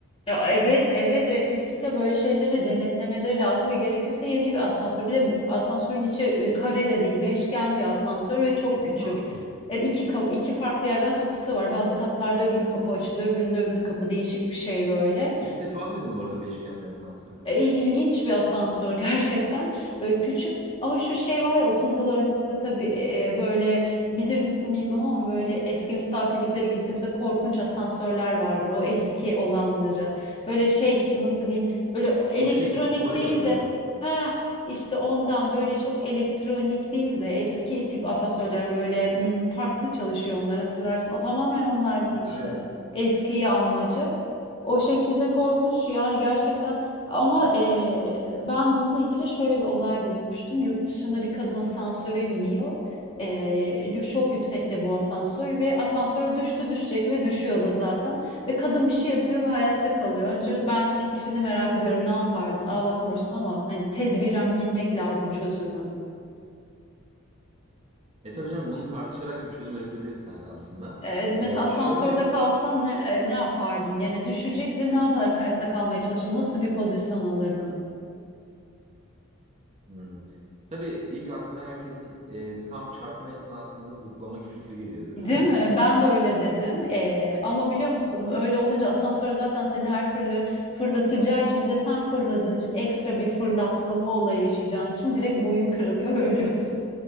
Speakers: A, on the left; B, on the right.
A: Ya evet evet ya kesinlikle böyle şeyleri denetlemeleri lazım ve gerekiyorsa yeni bir asansör. Bir de asansörün içi e, kare de değil, beşgen bir asansör ve çok
B: Ya.
A: küçük. Evet iki kapı, iki farklı yerden kapısı var. Bazı katlarda öbür kapı açılıyor, öbüründe öbür kapı değişik bir şey böyle.
B: İlk defa duydum bu arada beşgen bir asansörü.
A: E, ilginç bir asansör <laughs> gerçekten. Böyle küçük ama şu şey var ya 30 yıl öncesinde tabii e, böyle bilir misin bilmem ama böyle eski misafirliklere gittiğimizde korkunç asansörler vardır. O eski olanları. Böyle şey nasıl diyeyim böyle
B: <laughs>
A: o elektronik
B: Bu şey duvarı
A: değil
B: gördüğün.
A: de ha işte ondan böyle çok elektronik değil de eski tip asansörler böyle hmm, farklı çalışıyor onlar hatırlarsın. O tamamen onlardan
B: Hatırlıyorum.
A: işte. Eskiyi anmaca. O şekilde korkunç yani gerçekten ama eee, ben bununla ilgili şöyle bir olay duymuştum. Yurt dışında bir kadın asansöre biniyor. Eee, çok yüksekte bu asansör ve asansör düştü düşecek ve düşüyor da zaten. Ve kadın bir şey yapıyor ve hayatta kalıyor. Önce ben fikrini merak ediyorum ne yapardın Allah korusun ama hani tedbiren bilmek lazım çözümü.
B: E tabii canım bunu tartışarak bir çözüm üretebiliriz seninle aslında.
A: Eee, mesela
B: E,
A: asansörde
B: şöyle
A: kalsan ne, e, ne yapardın? Yani düşecek ve ne yaparak hayatta kalmaya çalışırdın? Nasıl bir pozisyon alırdın?
B: hmm, tabii ilk aklına herkesin e, tam çarpma esnasında zıplamak fikri geliyordur.
A: Değil mi? Ben de öyle dedim. Ee, ama biliyor musun öyle olunca asansör zaten seni her türlü fırlatacağı için bir de sen fırladığın için ekstra bir fırlatılma olayı yaşayacağın için direkt boyun kırılıyor ve <laughs> ölüyorsun.